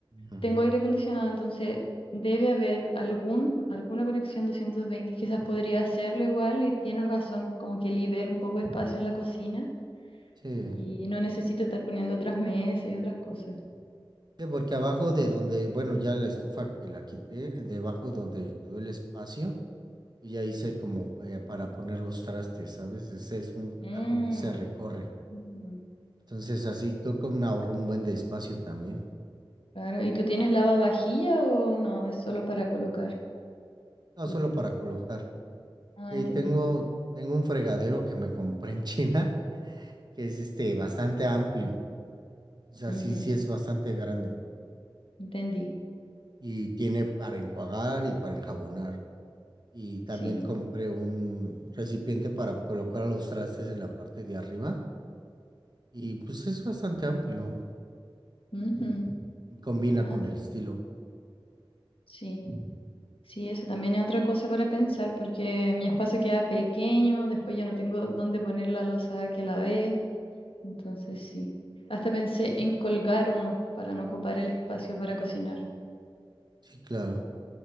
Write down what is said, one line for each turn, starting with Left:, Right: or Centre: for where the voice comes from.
Right: Ujú.
Left: Tengo aire acondicionado, entonces debe haber algún, alguna conexión 220. Quizás podría hacerlo igual y tienes razón, como que libera un poco de espacio en la cocina
Right: Sí.
Left: y no necesito estar poniendo otras mesas y otras cosas.
Right: Sí, porque abajo de donde, bueno, ya la estufa que la quité, debajo donde quedó el espacio, yo ya hice como eh, para poner los trastes, ¿sabes? Ese es un
Left: Mm,
Right: cajón que se recorre.
Left: ujú,
Right: Entonces así creo que me ahorró un buen de espacio también.
Left: claro. ¿Y tú tienes lavavajilla o no? Es solo para colocar
Right: No
Left: los
Right: solo
Left: platos.
Right: para colocar.
Left: Ah,
Right: Sí,
Left: entendí.
Right: tengo, tengo un fregadero que me compré en China, que es este bastante amplio. O sea,
Left: <laughs> ujú,
Right: sí, sí es bastante grande.
Left: Entendí.
Right: y tiene para enjuagar y para enjabonar. Y también
Left: Sí.
Right: compré un recipiente para colocar los trastes en la parte de arriba y pues es bastante amplio
Left: Ujú.
Right: y combina
Left: Ah,
Right: con
Left: sí.
Right: el estilo.
Left: sí. Sí, eso también es otra cosa para pensar, porque mi espacio queda pequeño, después ya no tengo dónde poner la losa que la ve, entonces sí. Hasta pensé en colgar uno para no ocupar el espacio para cocinar.
Right: Sí, claro.